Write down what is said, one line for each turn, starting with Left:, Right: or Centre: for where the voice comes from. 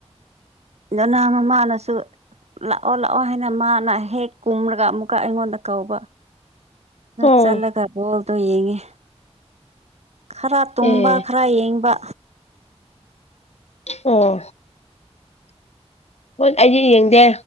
Right: ꯂꯣꯅꯥ ꯃꯃꯥꯅꯁꯨ ꯂꯥꯛꯑꯣ ꯂꯥꯛꯑꯣ ꯍꯥꯏꯅ ꯃꯥꯅ ꯍꯦꯛ ꯀꯨꯝꯔꯒ ꯑꯃꯨꯛꯀ ꯑꯩꯉꯣꯟꯗ ꯀꯧꯕ
Left: ꯑꯣ
Right: ꯆꯜ ꯈꯔꯣꯜ ꯇ ꯌꯦꯡꯒꯦ ꯈꯔ ꯇꯨꯝꯕ
Left: ꯑꯦ
Right: ꯈꯔ ꯌꯦꯡꯕ
Left: ꯑꯣ ꯍꯣꯏ ꯑꯩꯁꯦ ꯌꯦꯡꯗꯦ